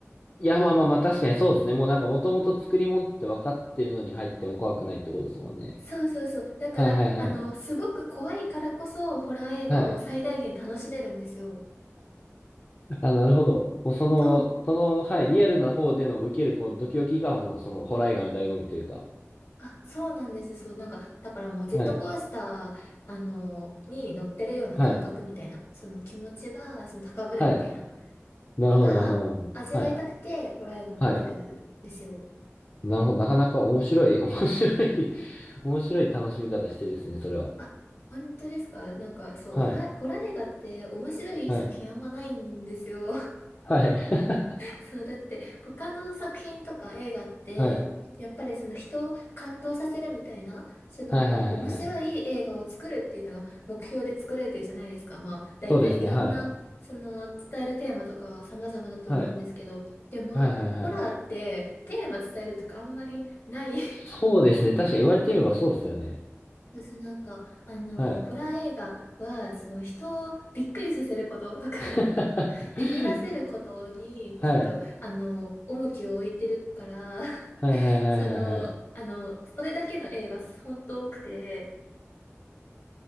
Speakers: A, on the left; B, on the left.
A: いや、まあまあまあ、確かにそうですね。もうなんか、もともと作り物って分かってるのに入っても怖くないってことですもんね。
B: そうそうそう。だから、
A: はいはいはい。
B: あの、すごく怖いからこそ、ホラー映画を最大限楽しめるんですよ。
A: はい。あ、なるほど。もうその、
B: そう
A: その、はい、リアルな方での受ける、こう、ドキドキがもう、その、ホラー映画の醍醐味というか。
B: あ、そうなんです。そう、なんか、だからもうジェットコースター、
A: はい、
B: あの、に乗ってるような感覚みたいな、
A: はい、
B: その気持ちが、その高ぶるみたいな
A: はい。なるほど、
B: のが、
A: なるほど、なるほど。
B: 味わいたくて、
A: はい、
B: ホラー映画見てるんですよ。
A: はい。なるほど。なかなか面白い、<laughs> 面白い、<laughs> 面白い楽しみ方してるですね、それは。
B: あ、本当ですかなんか、そう、
A: はい、
B: ホラー、ホラー映画って面白い作品あんまないんですよ。
A: はい、
B: <laughs>
A: はい。<laughs>
B: そう、だって他の作品とか映画って、
A: はい、
B: やっぱりその人を感動させるみたいな、その面白い映画を作るっていうのが目標で作られてるじゃないですか。
A: はい、はい、はいはい。
B: まあ大体いろんなその伝えるテーマとかは様々だと思うんですけど、
A: そうですね、はい、はい、
B: でもホラーってテーマ伝えるとかあんまりない。
A: はい、はい、はい。
B: <laughs>
A: そうですね、確かに言われてみればそうですよね。
B: そうそうなんか、あの、
A: はい。
B: ホラー映画は、その人をびっくりさせることとか
A: <laughs>
B: <laughs> ビビらせることに、
A: はい、
B: ちょっと、あの、重きを置いてるから
A: はい、はい、はい、
B: その、
A: はい。はい
B: あの、それだけの映画本当多くて、